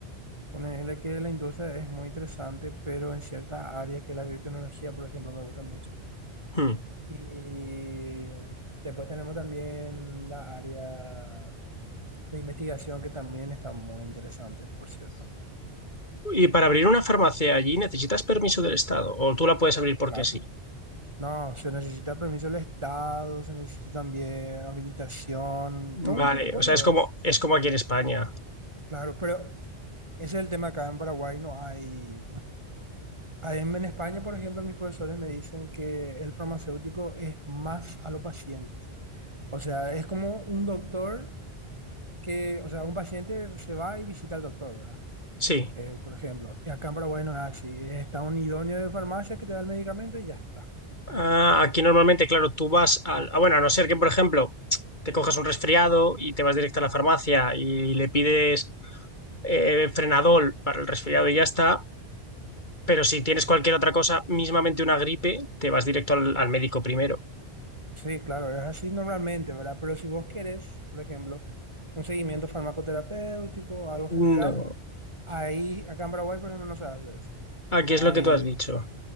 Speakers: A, on the right (about 25°); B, on the left (about 45°).
A: Ponerle que la industria es muy interesante, pero en ciertas áreas que la biotecnología, por ejemplo, me gusta mucho.
B: Hmm.
A: Y después tenemos también la área de investigación que también está muy interesante, por cierto.
B: Y para abrir una farmacia allí necesitas permiso del Estado o tú la puedes abrir porque
A: Claro.
B: sí.
A: No, se necesita permiso del Estado, se necesita también habilitación, todo un
B: Vale,
A: protocolo
B: o sea, es como,
A: es.
B: es como aquí en España.
A: Claro, pero ese es el tema acá en Paraguay, no hay... hay- En en España, por ejemplo, mis profesores me dicen que el farmacéutico es más a los pacientes. O sea, es como un doctor que, o sea, un paciente se va y visita al doctor, ¿verdad?
B: Sí.
A: Eh, por ejemplo, y acá en Paraguay no es así. Está un idóneo de farmacia que te da el medicamento y ya está.
B: Ah, aquí normalmente, claro, tú vas al... ah, bueno, a no ser que, por ejemplo, te cojas un resfriado y te vas directo a la farmacia y le pides eh, frenadol para el resfriado y ya está. Pero si tienes cualquier otra cosa, mismamente una gripe, te vas directo al, al médico primero.
A: Sí, claro, es así normalmente, ¿verdad? Pero si vos querés, por ejemplo, un seguimiento farmacoterapéutico, algo
B: No,
A: general, ahí, acá en Paraguay, por ejemplo, no se hace eso.
B: aquí
A: No
B: es lo
A: hay
B: que tú has dicho.